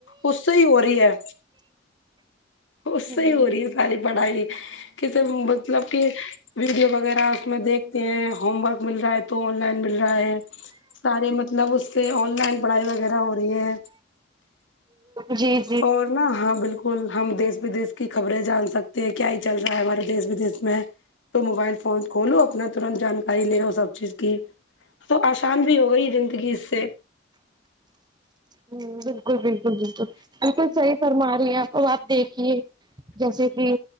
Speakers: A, on the left; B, on the right.
A: اس سے ہی ہو رہی ہے اس
B: ہوں
A: سے ہی ہو رہی ہے ساری پڑھائی کیسے مطلب کہ ویڈیو وغیرہ اس میں دیکھتے ہیں ہوم ورک مل رہا ہے تو آن لائن مل رہا ہے سارے مطلب اس سے آن لائن پڑھائی وغیرہ ہو رہی ہے
B: جی
A: اور نہ ہاں بالکل ہم دیس ودیش کی خبریں جان سکتے ہیں کیا ہی چل رہا ہے ہمارے دیش ودیش میں تو موبائل فون کولو اپنا ترنت جانکاری لے لو سب چیز تو آسان بھی ہو گئی زندگی اس سے
B: ہ بالکل بالکل بالکل بالکل صحیح فرما رہی ہیں آپ آپ دیکھیے جیسے کی